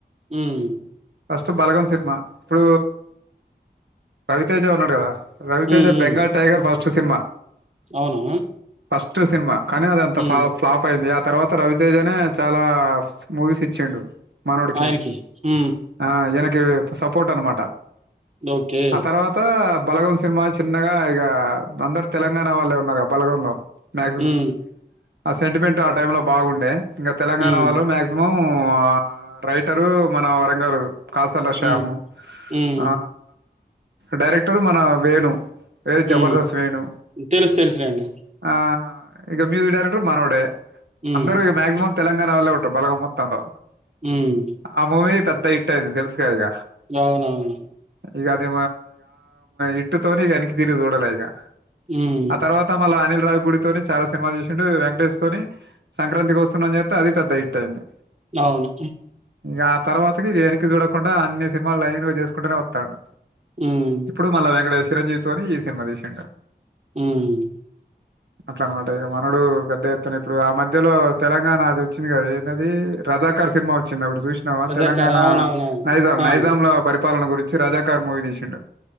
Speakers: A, on the right; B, on the right.
A: హ్మ్.
B: ఫస్ట్ బలగం సినిమా ఇప్పుడు రవితేజా ఉన్నాడు కదా రవితేజ
A: హ్మ్. హ్మ్.
B: బెంగాల్ టైగర్ ఫస్ చ్చ సినిమా
A: అవునా
B: ఫస్ట్ సినిమా కనీ అదంత
A: హ్మ్.
B: ఫ ఫ్లాప్ అయిది తర్వాత రవితేజనే చాలా మూవీస్ ఇచ్చిండు మనోడికి
A: ఆయనకి హు
B: ఆ ఈయనకీ సపోర్ట్ అన్నమాటా
A: ఓకే.
B: ఆ తర్వాత బలగం సినిమా చిన్నగా ఇగ అందరు తెలంగాణ వాళ్ళే ఉన్నారు బలగంలో మాక్సిమం
A: హు
B: ఆ సెంటిమెంటట్ ఆ టైమ్ లో బాగుండే ఇంగా తెలంగాణ
A: హ్మ్.
B: వాళ్ళు మ్యాగీజ్జిమం హు ఆ మన రైటరు మన వరంగారు కాసల శ్యాము
A: హ్మ్. హ్మ్.
B: ఆ డైరెక్టరు మన వేణు ఏది జబర్దస్త్
A: ఉ
B: వేణు
A: తెలుసు తెలుసు లెండి
B: ఆ ఇక మ్యూజక్ డైరెక్టర్ మనోడే
A: హ్మ్.
B: అందరుూ మ్యాక్సిమం తెలంగాణ వల్లే ఉంటారు బలగం మొత్తంలో
A: హ్మ్.
B: అ మూవీ త టె తెలుసు గా ఇగ
A: అవునవును
B: ఇ అది ఇట్టుతోనే వెనకి తిరిగి చూడాలే ఇగా
A: హ్మ్.
B: ఆ తర్వాత మళ్ళ అనిల్ రావుపూడి తోని చాలా సినిమా చేసిండు వెంకటేష్ తోని సంక్రాంతి వస్తున్నాం చేస్తే అది పెద్ద హిట్ అయింది
A: అవును
B: ఇం ఆ తర్వాతకి చూడకుండా అన్ని సినిమాలు లైన్గా చేసుకుంటేనే వత్తండు
A: హ్మ్.
B: ఇప్పుడు మళ్ళా వెంకటేశ్వ చిరంజీవితోని ఈ సినిమా తీసిండు
A: హ్మ్మ్
B: అట్లా అనమాట ఇగ మనోడు పెద్ద ఎత్తున ఇప్పుడు ఆ మధ్యలో తెలంగాణ అది వచ్చింది కదా ఏందీ అది రజాకర్ సినిమా వచ్చింది అప్పుడు ఇప్పుడు చూసినావా
A: రజాకార్.
B: తెలంగాణ
A: అవునవునవును.
B: నైజాం
A: ఆ!
B: నైజాంల పరిపాలన గురించి రాజా కార్ మూవీ తీసిండు